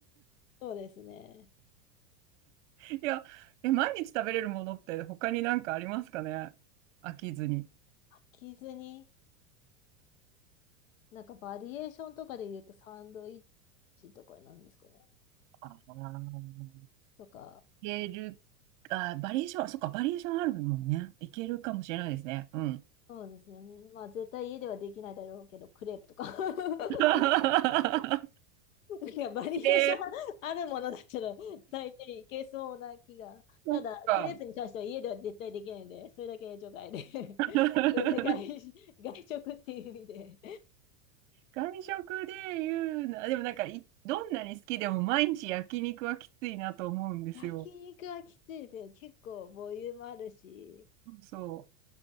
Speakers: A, on the left (about 80°); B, on the right (about 65°).
A: そうですね。
B: いや、え、毎日食べれるものって他になんかありますかね飽きずに。
A: 飽きずに、なんかバリエーションとかで言うとサンドイッチとかなんですかね。
B: あー
A: とか、
B: いける、あ、バリエーションは、そっか、バリエーションあるもんね。いけるかもしれないですね。うん。
A: そうですよね。まあ、絶対家ではできないだろうけど、クレープとか。<laughs>
B: <laughs>
A: なんかバリエーションあるものだったら、
B: えー、
A: 大体いけそうな気が。
B: そっか。
A: ただ、クレープに関しては家では絶対できないんで、それだけ除外で。<laughs>
B: <laughs>
A: で外、外食っていう意味で。
B: 外食で言うな、でもなんかい、どんなに好きでも毎日焼肉はきついなと思うんですよ。
A: 焼肉はきついですね。結構ボリュームあるし、
B: そう。